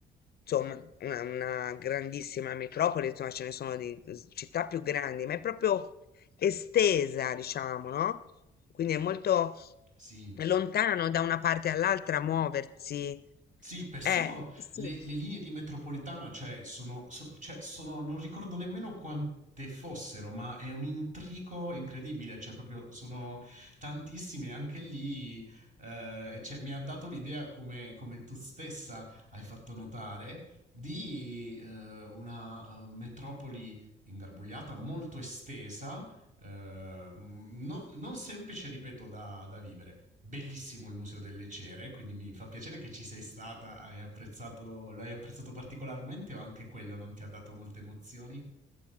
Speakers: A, on the left (about 50°); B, on the right (about 40°).
A: insomma, una, una grandissima metropoli, insomma, ce ne sono di s- città più grandi, ma è proprio estesa, diciamo, no? Quindi è molto
B: Sì,
A: lontano da una parte all'altra muoversi.
B: Sì, persino
A: Eh, sì.
B: le, le linee di metropolitana, cioè, sono, so- cioè, sono- non ricordo nemmeno quante fossero, ma è un intrico incredibile, cioè, proprio sono tantissime, anche lì, eh, cioè, mi ha dato l'idea, come, come tu stessa hai fatto notare, di eh, una eh, metropoli ingarbugliata, molto estesa, eh, no- non semplice, ripeto, da, da vivere. Bellissimo il Museo delle Cere, quindi mi fa piacere che ci sei stata, hai apprezzato, lo hai apprezzato particolarmente o anche quello non ti ha dato molte emozioni?